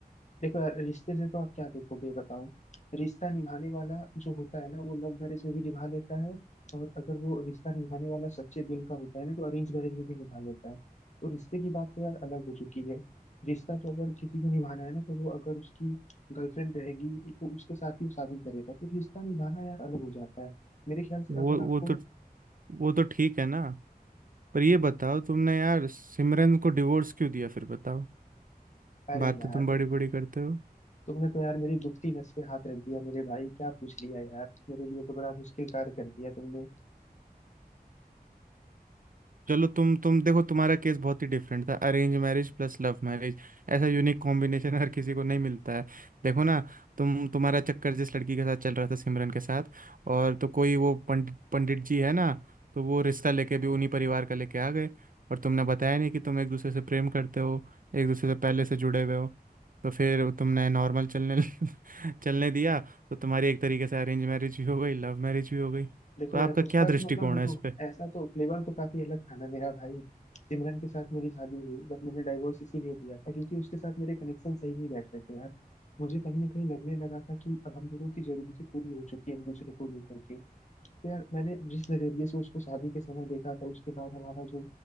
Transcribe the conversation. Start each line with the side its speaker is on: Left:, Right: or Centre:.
Left: देखो यार रिश्ते से तो आप क्या देखोगे ये बताओ रिश्ता निभाने वाला जो होता है ना वो लव मैरिज में भी निभा लेता है और अगर वो रिश्ता निभाने वाला सच्चे दिल का होता है ना तो अरेंज मैरिज में भी निभा लेता है तो रिश्ते की बात तो यार अलग हो चुकी है रिश्ता तो अगर किसी को निभाना है ना तो वो अगर उसकी गर्लफ्रेंड रहेगी तो उसके साथ ही वो शादी करेगा तो रिश्ता निभाना यार अलग हो जाता है मेरे ख्याल से
Right: वो
Left: अगर
Right: वो
Left: आपको
Right: तो वो तो ठीक है ना पर ये बताओ तुमने यार सिमरन को डिवोर्स क्यों दिया फिर बताओ
Left: अरे
Right: बातें
Left: यार
Right: तुम बड़ी बड़ी करते हो
Left: तुमने तो यार मेरी दुखती नस पे हाथ रख दिया मेरे भाई क्या पूछ लिया यार मेरे लिए तो बड़ा मुश्किल कार्य कर दिया तुमने
Right: चलो तुम तुम देखो तुम्हारा केस बहुत ही डिफरेंट था arrange marriage plus love marriage ऐसा यूनिक कॉम्बिनेशन हर किसी को नहीं मिलता है देखो ना तुम तुम्हारा चक्कर जिस लड़की के साथ चल रहा था सिमरन के साथ और तो कोई वो पंडित पंडित जी है ना तो वो रिश्ता लेके भी उन्हीं परिवार का लेके आ गए और तुमने बताया नहीं कि तुम एक दूसरे से प्रेम करते हो एक दूसरे से पहले से जुड़े हुए हो तो फिर तुमने नॉर्मल चलने <laughs> चलने दिया तो तुम्हारी एक तरीके से अरेंज मैरिज भी हो गई लव मैरिज भी हो गई
Left: देखो
Right: तो
Left: यार
Right: आपका क्या
Left: उसका
Right: दृष्टिकोण
Left: तो मतलब देखो
Right: है इस पे
Left: ऐसा तो फ्लेवर तो काफी अलग था ना मेरा भाई सिमरन के साथ मेरी शादी हुई बट मैंने डाइवोर्स इसीलिए दिया था क्योंकि उसके साथ मेरे कनेक्शन सही नहीं बैठ रहे थे यार मुझे कहीं ना कहीं लगने लगा था कि अब हम दोनों की जरूरतें पूरी हो चुकी हैं एक दूसरे को लेकर के तो यार मैंने जिस नजरिए से उसको शादी के समय देखा था उसके बाद हमारा जो